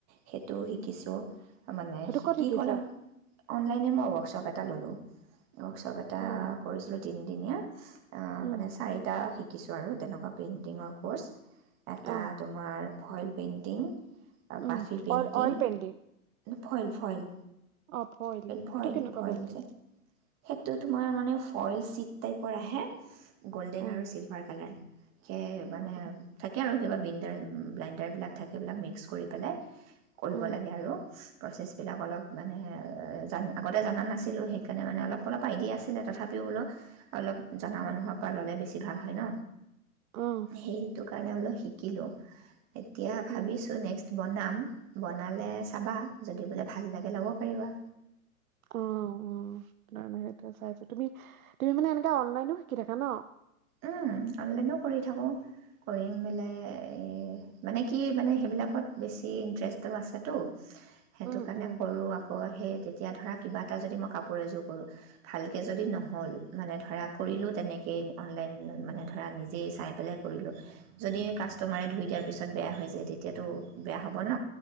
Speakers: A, on the right; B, on the right.
A: সেইটো শিকিছোঁ। মানে
B: সেইটো
A: শিকি
B: ক'ত শিকিছা
A: হ'ল আৰু। অনলাইনে মই ৱৰ্কশ্বপ এটা ল'লো। ৱৰ্কশ্বপ এটা
B: অ
A: কৰিছিলোঁ তিন দিনীয়া অ',
B: উম
A: মানে চাৰিটা শিক শিকিছোঁ আৰু তেনেকুৱা পেইণ্টিঙৰ ক'ৰ্চ। এটা
B: অ
A: তোমাৰ। ফইল পেইণ্টিং
B: উম
A: পাফি painting
B: oil painting
A: foil foil
B: অ ফইল
A: ফইল
B: সেইটো কেনেকুৱা
A: ফইল
B: বস্তু
A: যে সেইটো তোমাৰ মানে ফইল চিড টাইপৰ আহে গ'ল্ডেন
B: অ
A: আৰু চিলভাৰ কালাৰ সেই মানে
B: অ
A: থাকে আৰু কেতিয়াব বিণ্ডাৰ উম ', ব্লাইণ্ডাৰবিলাক থাকে এইবিলাক মিক্স কৰি পেলাই কৰিব
B: অ
A: লাগে আৰু প্ৰচেছবিলাক অলপ মানে জানো আগতে জানা নাছিলোঁ সেইকাৰণে মানে অলপ অলপ আইডিয়া আছিলে তথাপিও বোলো অলপ জনা মানুহৰ পৰা ল'লে বেছি ভাল হয় ন।
B: অ
A: সেইটো কাইলে বুলি শিকিলো। এতিয়া ভাবিছোঁ
B: উম
A: নেক্সট বনাম, বনালে চাবা যদি বোলে ভাল লাগে ল'ব পাৰিবা।
B: অ', - অ', সেই চাইছো তুমি - তুমি মানে এনে অনলাইনো শিকি থাকা ন।
A: উম' অনলাইনো কৰি থাকোঁ কৰি মেলাই এই মানে কি মানে সেইবিলাকত বেছি ইণ্টাৰেষ্ট আছেতো। সেইটো
B: উম
A: কাৰণে
B: উম
A: কৰোঁ আকৌ সেই তেতিয়া ধৰা কিবা এটা যদি মই কাপোৰ এযোৰ কৰোঁ ভালকৈ যদি নহ'ল মানে ধৰা কৰিলোঁ তেনেকেই অনলাইন মানে ধৰা নিজেই চাই পেলাই কৰিলোঁ যদি কাষ্টমাৰে ধুই দিয়াৰ পিছত বেয়া হৈ যায় তেতিয়াতো বেয়া হ'ব ন।